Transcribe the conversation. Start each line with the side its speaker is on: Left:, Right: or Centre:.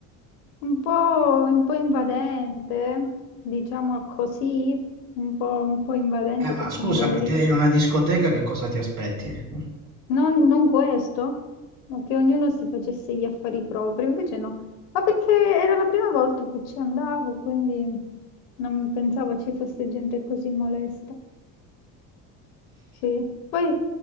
Left: un po', un po' invadente, diciamo così, un po', un po' invadente
Right: Eh, ma
Left: perché
Right: scusami,
Left: mi volevi
Right: te in una discoteca che cosa ti aspetti? <laughs> Un
Left: Non, non questo, ma che ognuno si facesse gli affari propri, invece no, ma perché era la prima volta che ci andavo, quindi non pensavo ci fosse gente così molesta. Sì. Poi,